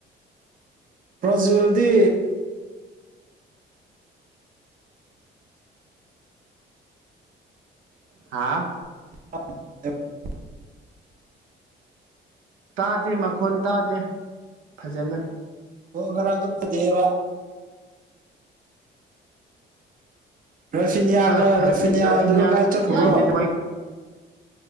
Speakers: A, on the right; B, on the right.
A: ꯕ꯭ꯔꯥꯖꯤꯜꯗꯤ
B: ꯍꯥꯥ
A: <unintelligible>
B: ꯇꯥꯗꯦ ꯃꯈꯣꯟ ꯇꯥꯗꯦ ꯐꯖꯅ
A: ꯑꯣ ꯉꯔꯥꯡꯗꯣ ꯐꯖꯩꯑꯦꯕ ꯔꯥꯐꯤꯅꯤꯌꯥꯒ
B: ꯑꯥ ꯐꯖꯗꯦ
A: ꯔꯥꯐꯤꯅꯤꯌꯥꯗꯣ
B: ꯔꯥꯐꯤꯅꯤꯌꯥꯁꯨ
A: ꯀꯥꯏ ꯆꯠꯈ꯭ꯔꯕ꯭ꯔꯣ
B: ꯏꯌꯥ ꯌꯥꯗꯦꯗ ꯃꯥꯏ